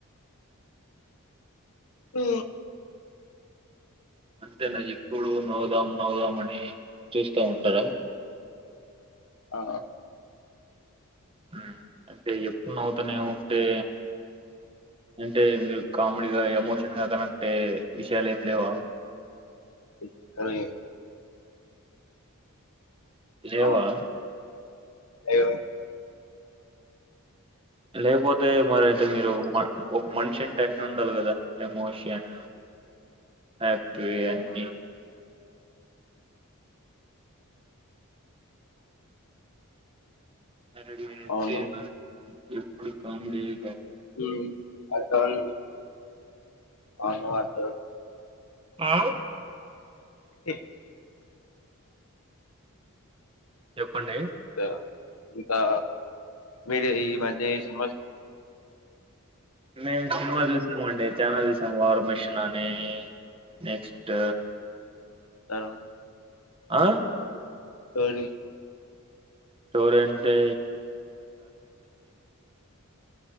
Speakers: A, on the left; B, on the right.
A: ఆ
B: అంతేనా ఎప్పుడూ నవ్దాం నవ్దాం అని చూస్తా ఉంటారా
A: ఆ
B: ఆ అంటే ఎప్పుడు నవ్వుతనే ఉంటే.. అంటే మీరు కామెడీగా, ఎమోషన్ గా కనెక్టే విషయాలు ఏం లేవా....
A: ఇ.. అలోయే..
B: లేవా....
A: అవును <inaudible>
B: లేకపోతే మరి అయితే మీరు మ ఒక మనిషి అంటే అన్ని ఉండాలి కదా ఎమోషన్..... ఆక్టివ్ అన్ని అడితే
A: అవును
B: మ.... ఎప్పుడు కామెడీయే..
A: మ్మ్ <unintelligible> అవును వాటర్.
B: మ్మ్
A: ఎ
B: చెప్పండి
A: దా... ఇకా..... మీరు ఈ మధ్య ఏ సినిమాల్...
B: మేము సినిమా చూసామండి, చానా చూసాం వారం చానా నే నెక్స్ట్
A: హలో..
B: అ....
A: స్టోరీలు
B: స్టోరీ అంటే....